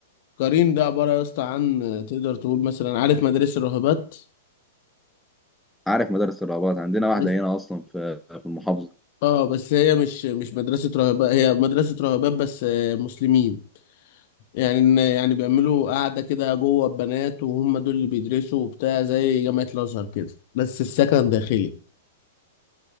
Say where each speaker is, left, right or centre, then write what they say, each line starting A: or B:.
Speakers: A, on the left (about 50°); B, in the centre.
A: قرين ده عبارة يا اسطى عن آه، تقدر تقول مثلا عارف مدارس الراهبات
B: عارف مدارس الرهبات عندنا واحده
A: بس
B: هنا اصلا في في المحافظه
A: اه بس هي مش مش مدرسة راهبات هي مدرسة راهبات بس آه، مسلمين يعني إن- يعني بيعملوا قاعدة كده جوه البنات وهم دول اللي بيدرسوا وبتاع زي جامعة الأزهر كده بس السكن داخلي